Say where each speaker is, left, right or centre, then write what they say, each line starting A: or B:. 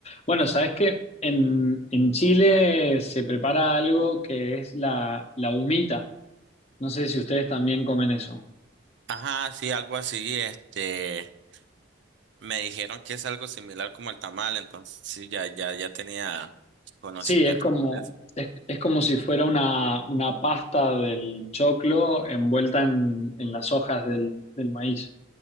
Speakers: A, on the left (about 30°); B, on the right (about 60°).
A: Bueno, sabes que en, en Chile se prepara algo que es la, la humita. No sé si ustedes también comen eso.
B: ajá, sí, algo así, este Me dijeron que es algo similar como el tamal, entonces sí, ya, ya, ya tenía conocimiento
A: Sí, es como,
B: sobre eso.
A: es, es como si fuera una, una pasta del choclo envuelta en, en las hojas del, del maíz.